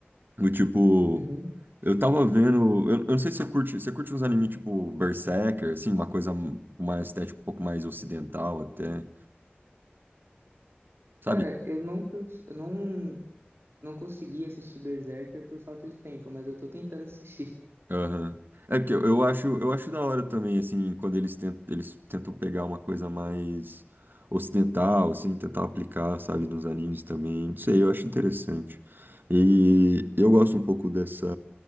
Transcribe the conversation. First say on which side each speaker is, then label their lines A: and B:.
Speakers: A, on the right (about 55°); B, on the right (about 80°).
A: O tipo,
B: Uhum.
A: eu tava vendo. Eu, eu não sei se você curte. Você curte uns animes tipo Berserker, assim, uma coisa m- uma estética um pouco mais ocidental até. Sabe?
B: Cara, eu não, cons- eu não, não consegui assistir Berserker por falta de tempo, mas eu tô tentando assistir.
A: Aham. É porque eu, eu acho, eu acho da hora também, assim, quando eles tentam, eles tentam pegar uma coisa mais ocidental, assim, tentar aplicar, sabe, nos animes também. Não sei, eu acho interessante. E eu gosto um pouco dessa.